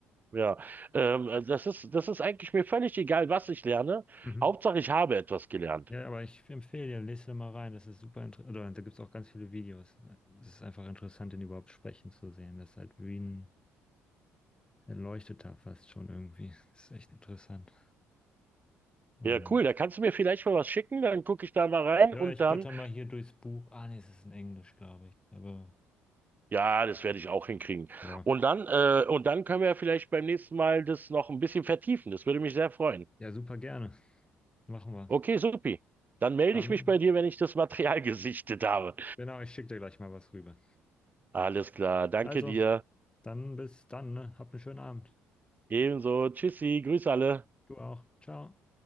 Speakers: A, on the right; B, on the left.
A: Ja, ähm, also das ist, das ist eigentlich mir völlig egal, was ich lerne.
B: Mhm.
A: Hauptsache, ich habe etwas gelernt.
B: Ja, aber ich empfehle dir, lese da mal rein. Das ist super interessant. Oder da gibt es auch ganz viele Videos. Es ist einfach interessant, den überhaupt sprechen zu sehen. Das ist halt wie ein Erleuchteter fast schon irgendwie. Das ist echt interessant. Und
A: Ja, cool. Da kannst du mir vielleicht mal was schicken, dann gucke ich da mal rein
B: ja,
A: und
B: ich
A: dann,
B: blätter mal hier durchs Buch. Ah, nee, es ist in Englisch, glaube ich. Aber
A: ja, das werde ich auch hinkriegen.
B: ja,
A: Und dann, äh, und dann können wir ja vielleicht beim nächsten Mal das noch ein bisschen vertiefen. Das würde mich sehr freuen.
B: ja, super gerne. Machen wir.
A: Okay, supi. Dann melde
B: Dann.
A: ich mich bei dir, wenn ich das Material <laughs> gesichtet habe.
B: Genau, ich schicke dir gleich mal was rüber.
A: Alles klar. Danke
B: Also,
A: dir.
B: dann bis dann, ne? Habt einen schönen Abend.
A: Ebenso. Tschüssi. Grüß alle.
B: Du auch. Ciao.